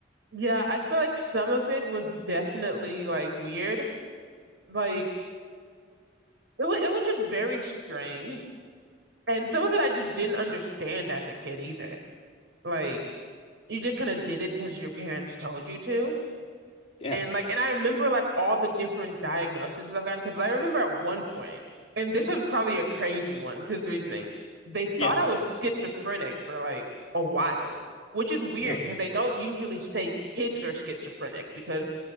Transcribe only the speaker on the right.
Yeah, I feel like some of it was definitely like weird. Like it was it was just very strange. And some of it I just didn't understand as a kid either. Like you just kind of did it because your parents told you to.
And like, and I remember like all the different diagnoses I've gotten because I remember at one point, and this was probably a crazy one because the reasoning, they thought
I was schizophrenic for like a while, which is weird
because they don't usually say kids are schizophrenic because